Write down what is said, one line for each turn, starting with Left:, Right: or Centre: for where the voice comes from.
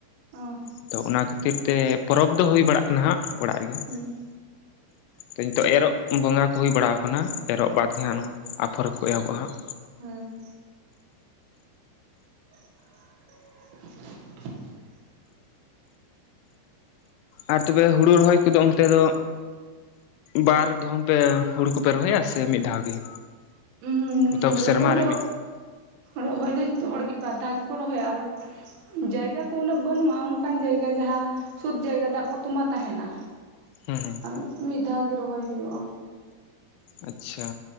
Right: ᱚ
Left: ᱟᱫᱚ ᱚᱱᱟ ᱠᱷᱟᱹᱛᱤᱨ ᱛᱮ ᱯᱚᱨᱚᱵᱽ ᱫᱚ ᱦᱩᱭ ᱵᱟᱲᱟᱜ ᱠᱟᱱᱟ ᱦᱟᱸᱜ ᱚᱲᱟᱜ ᱨᱮᱜᱮ᱾
Right: ᱦᱩᱸ᱾
Left: ᱛᱚ ᱱᱤᱛᱚᱜ ᱮᱨᱚᱜ ᱵᱚᱸᱜᱟ ᱠᱚ ᱦᱩᱭ ᱵᱟᱲᱟᱣ ᱠᱟᱱᱟ, ᱮᱨᱚᱜ ᱵᱟᱫ ᱜᱮ ᱦᱟᱸᱜ ᱱᱚᱣᱟ ᱟᱯᱷᱚᱨ ᱠᱚ ᱮᱦᱚᱵᱚᱜ-ᱟ ᱦᱟᱸᱜ᱾
Right: ᱦᱩᱸ᱾ <inaudible>
Left: ᱟᱨ ᱛᱚᱵᱮ ᱦᱩᱲᱩ ᱨᱚᱦᱚᱭ ᱠᱚᱫᱚ ᱚᱱᱛᱮ ᱫᱚ ᱵᱟᱨ ᱫᱷᱚᱢ ᱯᱮ ᱦᱩᱲᱩ ᱠᱚᱯᱮ ᱨᱚᱦᱚᱭᱟ ᱥᱮ ᱢᱤᱫ ᱫᱷᱟᱣ ᱜᱮ?
Right: ᱩᱸᱻ
Left: ᱢᱚᱛᱞᱚᱵ
Right: ᱨᱚᱦᱚᱭ
Left: ᱥᱮᱨᱢᱟ ᱨᱮ
Right: ᱫᱚ
Left: ᱢᱤᱫ
Right: ᱨᱚᱦᱚᱭ ᱫᱚ ᱡᱷᱚᱛᱚ ᱦᱚᱲᱜᱮ ᱵᱟᱨ ᱫᱷᱟᱣ ᱜᱮᱠᱚ ᱨᱚᱦᱚᱭᱟ, ᱟᱨ ᱡᱟᱭᱜᱟ ᱠᱚ ᱩᱱᱟᱹᱜ ᱵᱟᱹᱱᱩᱜᱼᱟ ᱚᱱᱠᱟᱱ ᱡᱟᱭᱜᱟ ᱡᱟᱦᱟᱸ ᱥᱩᱫ ᱡᱟᱭᱜᱟ ᱫᱟᱜ ᱠᱚ ᱛᱩᱸᱵᱟ ᱛᱟᱦᱮᱸᱱᱟ᱾
Left: ᱦᱩᱸ ᱦᱩᱸ᱾
Right: ᱟᱨ ᱢᱤᱫ ᱫᱷᱟᱣ ᱜᱮ ᱨᱚᱦᱚᱭ ᱦᱩᱭᱩᱜᱼᱟ᱾
Left: ᱟᱪᱪᱷᱟ